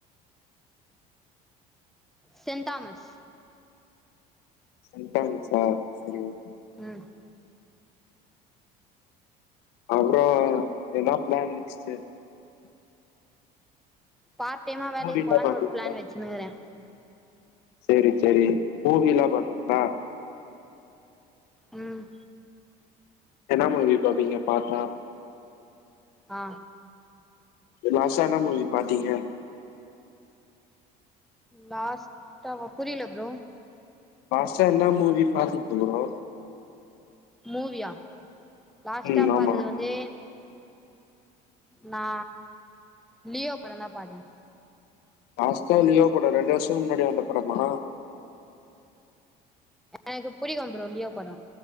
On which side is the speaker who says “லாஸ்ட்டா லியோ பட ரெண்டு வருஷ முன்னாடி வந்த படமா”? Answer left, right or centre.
Left